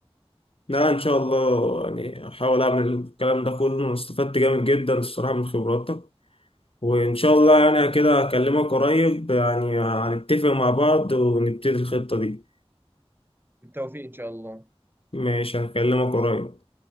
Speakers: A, on the left (about 65°); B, on the right (about 20°).
A: لا ان شاء الله يعني احاول اعمل الكلام ده كله أنا استفدت جامد جدا الصراحه من خبراتك وان شاء الله يعني كده اكلمك قريب يعني هنتفق مع بعض ونبتدي الخطه دي
B: بالتوفيق إن شاء الله
A: ماشي هكلمك قريب